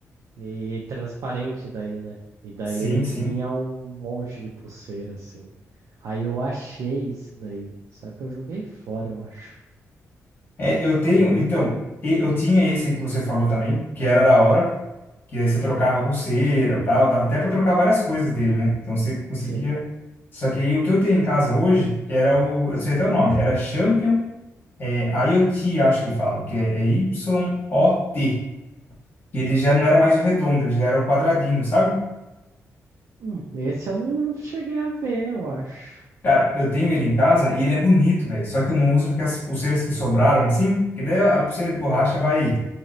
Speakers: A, on the right; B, on the left.
A: e transparente daí, né? E daí
B: Sim,
A: ele vinha
B: sim.
A: um monte de pulseira, assim. Aí eu achei isso daí. Só que eu joguei fora, eu acho.
B: É, eu tenho.
A: Já não.
B: Então, e- eu tinha esse aí que você falou também, que era da hora. Que aí você trocava pulseira tal. Dava até pra trocar várias coisas dele, né? Então você conseguia.
A: Sim.
B: Só que aí o que eu tenho em casa hoje era o. Eu sei até o nome. Era Champion É IoT, acho que falam, que é, é Y-O-T. E Ele já não era mais o redondo, ele já era o quadradinho, sabe?
A: Hum, esse eu não cheguei a ver, eu acho.
B: Cara, eu tenho ele em casa e ele é bonito, velho. Só que eu não uso porque as pulseiras que sobraram, assim, que daí a pulseira de borracha vai,